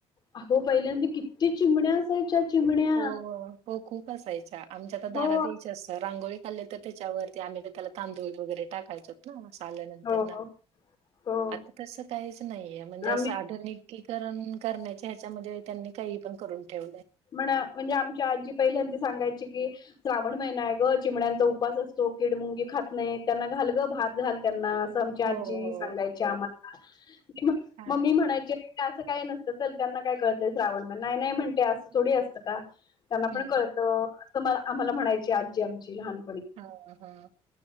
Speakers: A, on the left; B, on the right.
A: अहो पहिल्यांदा किती चिमण्या असायच्या चिमण्या
B: हो हो खूप असायच्या, आमच्या आता दारात
A: हो
B: यायच्या आता रांगोळीत आले तर त्याच्यावरती आम्ही तर त्याला तांदूळ वगैरे टाकायचोत ना, आल्यानंतरन
A: हो हो
B: आता तसं काहीच नाहीये, म्हणजे
A: आम्ही
B: असं आधुनिकीकरण करण्याचे ह्याच्यामध्ये त्यांनी काही पण करून ठेवलय.
A: म्हण, म्हणजे आमच्या आजी पहिल्यांदी सांगायची की श्रावण महिना आहे ग, चिमण्याचा उपास असतो किड मुंगी खात नाहीत, त्यांना घाल ग भात घाल त्यांना आमच्या
B: हो
A: आजी
B: हो
A: सांगायच्या आम्हाला, म, मी
B: हा
A: मम्मी म्हणायचे असं काही नसतं चल, त्यांना काय कळतय श्रावण म नाही -नाही म्हणते असं थोडी असतं का त्यांना
B: हम्म
A: पण कळत, अस आम्हाला म्हणायची आजी आमची लहान
B: हा, हा.